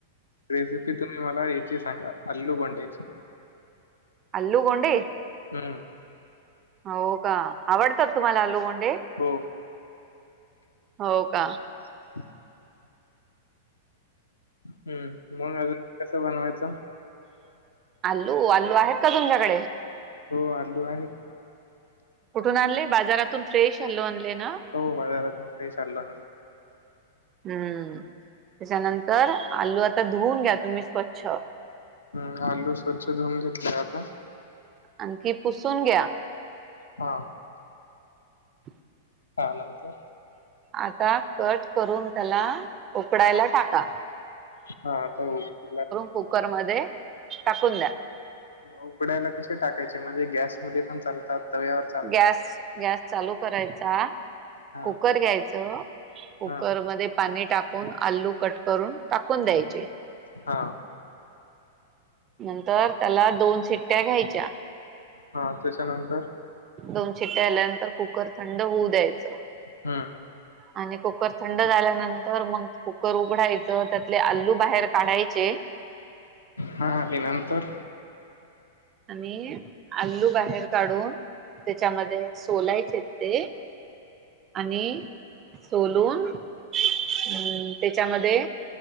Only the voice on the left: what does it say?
रेसिपी तुम्ही मला याची सांगा अल्लू बोंड्याची.
हम्म.
हो
<inaudible> हम्म मग अजून कसं बनवायचं?
हो आलू आहे.
हो बाहेरता फ्रेश आणला
हम्म आलू स्वच्छ धुवून घेतलेय आता?
हा.
त्या नंतर
हा आता. <unintelligible>
उघडायला कशे टाकायचे म्हणजे गॅसमध्येध्ये पण चाल हा तवयार
हा
हा
हा.
हा त्याच्यानंतर
हम्म.
हा. ते नंतर